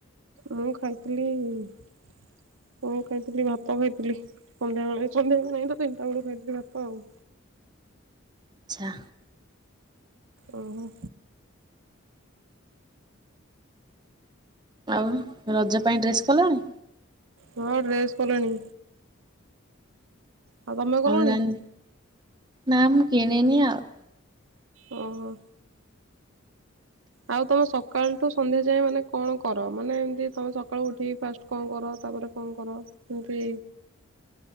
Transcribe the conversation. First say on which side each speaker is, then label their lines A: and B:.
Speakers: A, on the right; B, on the right.
A: ମୁଁ ଖାଇଥିଲି ମୁଁ ଖାଇଥିଲି ଭାତ ଖାଇଥିଲି ସନ୍ଧ୍ୟାବେଳେ ସନ୍ଧ୍ୟାବେଳେ ନହିଁ ତ ତିନିଟା ବେଳୁ ଖାଇଥିଲି ଭାତ ଆଉ।
B: ଆଚ୍ଛା।
A: ଓ
B: ଆଉ ରଜ ପାଇଁ ଡ୍ରେସ୍ କଲଣି।
A: ହଁ ଡ୍ରେସ୍ କଲଣି। ଆଉ ତମେ କଲଣି।
B: ଅନଲାଇନ୍ ନା ମୁଁ କିଣିନି ଆଉ।
A: ଓ ହୋ। ଆଉ ତମେ ସକାଳ ଠୁ ସନ୍ଧ୍ୟା ଯାଏ ମାନେ କଣ କର। ମାନେ ଏମତି ତମେ ସକାଳୁ ଉଠିକି ଫାଷ୍ଟ କଣ କର ତାପରେ କଣ କର ଏମତି।